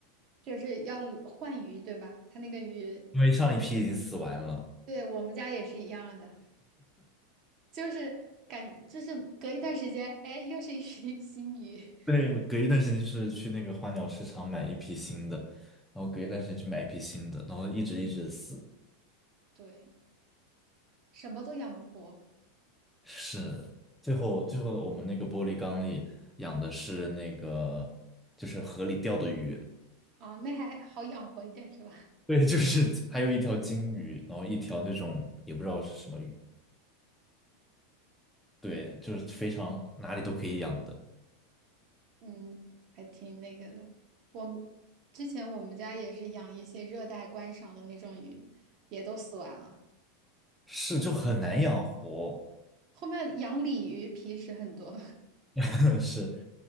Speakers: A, on the right; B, in the centre.
A: 就是要换鱼，对吧？它那个鱼，
B: 因为上一批已经死完了。
A: 对我们家也是一样的，就是感，就是隔一段时间，哎，又是一批 <laughs> 新鱼，
B: 对，隔一段时间就是去那个花鸟市场买一批新的，然后隔一段时间去买一批新的，然后一直一直死。
A: 对，什么都养不活。
B: 是，最后最后我们那个玻璃缸里养的是那个，就是河里钓的鱼，
A: 啊，那还好养活一点是吧？
B: 对，就是还有一条金鱼，然后一条那种也不知道是什么鱼，对，就是非常哪里都可以养的，
A: <laughs> 嗯，还挺那个的。我们之前我们家也是养一些热带观赏的那种鱼，也都死完了。
B: 是就很难养活，
A: 后面养鲤鱼皮实很多，
B: <laughs> 是